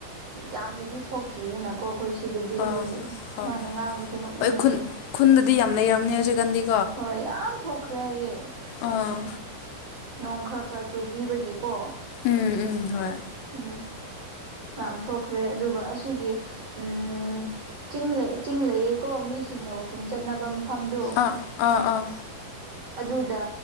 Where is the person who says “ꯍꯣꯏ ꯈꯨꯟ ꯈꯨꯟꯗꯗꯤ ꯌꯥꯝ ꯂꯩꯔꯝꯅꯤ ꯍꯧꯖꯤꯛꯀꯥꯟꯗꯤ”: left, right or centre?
Left